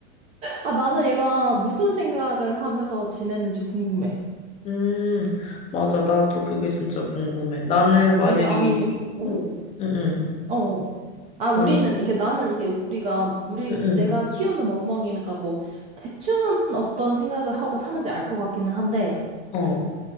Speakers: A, on the right; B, on the left.
A: 아, 나는 얘가 무슨 생각을 하면서 지내는지 궁금해.
B: 음, 맞아. 나도 그게 진짜 궁금해. 나는 만약에
A: 아, 이게 아니,
B: 얘기,
A: 어,
B: 응? 응, 응.
A: 어. 어. 아, 우리는,
B: 난,
A: 이게 나는 이게 우리가, 우리,
B: 응,
A: 내가 키우는 멍멍이니까 뭐, 대충은 어떤 생각을 하고 사는지 알 것 같기는 한데,
B: 응. 어.